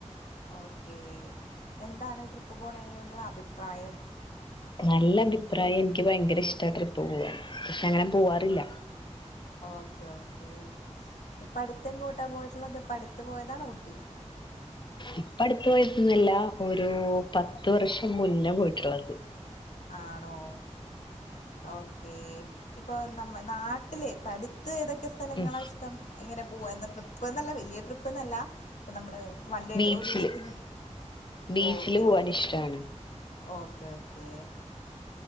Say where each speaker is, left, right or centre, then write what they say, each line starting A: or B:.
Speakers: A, on the left (about 80°); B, on the left (about 40°).
A: ഓക്കേ എന്താണ് ട്രിപ്പ് പോണേനോട്‌ള്ള അഭിപ്രായം
B: നല്ല അഭിപ്രായ എനിക്ക് ഭയങ്കര ഇഷ്ട ട്രിപ്പ് പൂവാൻ പക്ഷെ അങ്ങനെ പൂവാറില്ല
A: ഓക്കേ ഓക്കേ ഇപ്പ അടുത്തെങ്ങോട്ടാ പോയിട്ട്ള്ളത്ത് ഇപ്പ അടുത്ത് പോയതാണോ ഊട്ടി <inaudible>
B: ഇപ്പ അടുത്ത് പോയിട്ട്ന്നല്ല ഒരു പത്ത് വർഷം മുന്നേ പോയിട്ട്ള്ളത്
A: ആണോ ഓക്കേ ഇപ്പൊ ന പ്പ നാട്ടിലെ പ്പട്ത്ത് ഏതൊക്കെ സ്ഥലങ്ങളാ
B: ഉം
A: ഇഷ്ടം ഇങ്ങനെ പൂവാ ന്ന ട്രിപ്പ്ന്നല്ല വെല്ല്യ ട്രിപ്പ്ന്നല്ല പ്പം നമ്മള് വൺണ്ടേ
B: ബീച്ചില്
A: ഒരൂസ്ത്തിന്
B: ബീച്ചില്
A: ഓക്കെ
B: പോവാൻ ഇഷ്ടാണ്
A: ഓ ഓക്കെ ഓക്കേ